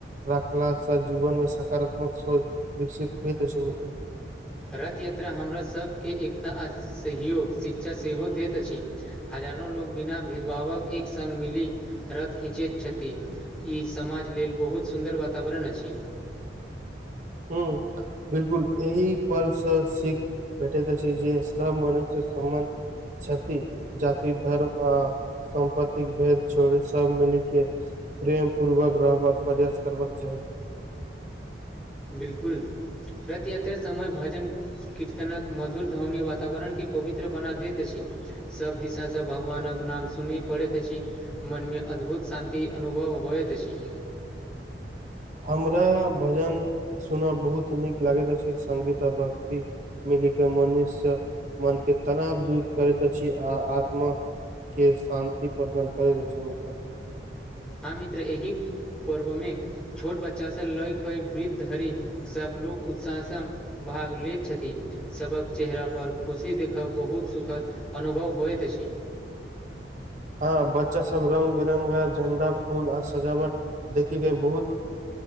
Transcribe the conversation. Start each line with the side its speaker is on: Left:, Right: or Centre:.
Right: रखला सा जीवन मे सकारात्मक सोच विकसित होइ त अछि मित्र
Centre: रथ यात्रा हमरा सभके एकता आ सहयोग शिक्षा सेहो दैत अछि हजारो लोग बिना भेदभावक एक संग मिली रथ खीचैत छथि ई समाज लेल बहुत सुन्दर वातावरण अछि
Right: हुन बिलकुल एहि पर्वसँ सिख भेटैत अछि जे सब मनुष्य सम्मान छथि जाति धर्म अ सम्पत्तिक भेद छोड़ सब मिल के प्रेम पूर्वक रहबाक प्रयास करबाक चाही
Centre: बिलकुल रथ यात्रा समय भजन कीर्तनक मधुर धवनी वातावरणके पवित्र बना दैत अछि सभ दिशाँ भगवानक नाम सुनी पड़ैत अछि मनमे अद्भुत शान्ति अनुभव होइत अछि
Right: हमरा भजन सुनब बहुत नीक लागैत अछि संगीता भक्ति मिली के मनुष्य मन के तनाव दूर करैत अछि आ आत्मा के शान्ति प्रदान करैत अछि मित्र
Centre: ह मित्र एहि पर्व मे छोट बच्चा से लय क वृद्ध धरि सभ लोक उत्साहसँ भाग लेैत छथिन सभक चेहरा पर खुशी देखब बहुत सुखद अनुभव होइत अछि
Right: हँ बच्चा सब रंग बिरंगा झंडा फूल आर सजावट देखिके बहुत